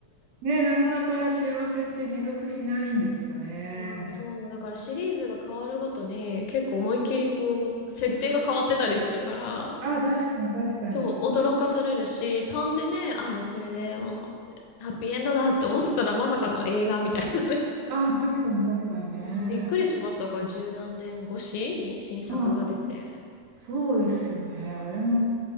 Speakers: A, on the right; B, on the left.
A: ねえ、なかなか幸せって持続しないんですかね。
B: いやー、そう、だからシリーズが変わるごとに結構思いっきりこう、設定が変わってたりするから、
A: あ、確かに確かに。
B: そう、驚かされるし、3でね、ああ、これでもう、ハッピーエンドだって思ってたらまさかの映画みたいなね。
A: あ、確かに確かにね。
B: <laughs> うん、びっくりしました。これ十何年越しに新作が出て。
A: うん。そうですよね。あれも、